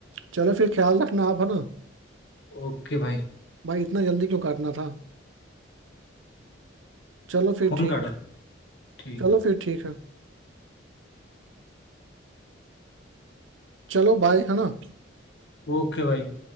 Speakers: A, on the right; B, on the left.
A: चलो फिर ख्याल रखना आप है ना
B: ओके भाई
A: भाई इतना जल्दी क्यों काटना था चलो फिर
B: फोन
A: ठीक
B: काटा
A: है
B: ठीक
A: चलो फिर ठीक है चलो बाय है ना
B: ओके भाई